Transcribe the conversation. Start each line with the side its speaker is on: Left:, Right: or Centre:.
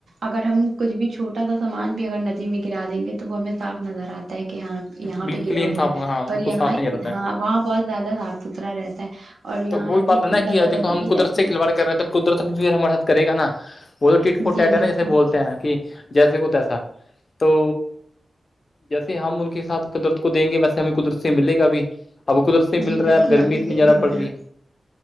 Right: اگر ہم کچھ بھی چھوٹ اتتا سا سامان بھی اگر ندی میں گرا دیں گے تو وہ ہمیں صاف نظر آتا ہے کہ حا یہاں
Left: بالکل
Right: کیا
Left: ہی
Right: ہوا
Left: انصاف
Right: ہے
Left: ہاں بالکل
Right: پر یہاں
Left: صاف نہیں رہتا ہے
Right: وہاں بہت زیادہ صاف ستھرا رہتا ہے اور
Left: تو
Right: یہاں
Left: وہی بات
Right: اتنی
Left: ہے نا
Right: زیادہ
Left: کہ دیکھو
Right: گندگی
Left: ہم قدرت
Right: رہتی
Left: سے کھل باڑ کر رہے تو قدرت بھی ہمارے ساتھ کرے گا نا وہ تو ٹٹ فوٹ
Right: جی
Left: ڈیٹ ہے
Right: بالکل
Left: نا جیسے بول ہیں کہ جیسے کو تیسا تو جیسے ہم ان کے ساتھ قدرت کو دیں گے ویسے ہمیں قدرت سے ملے گا بھی اب بو قدرت سے ملا
Right: جی
Left: رہا
Right: بالکل
Left: ہے اب گرمی
Right: آپ نے
Left: اتنی
Right: صحیح
Left: زیادہ
Right: فرمایا
Left: پڑ رہی ہے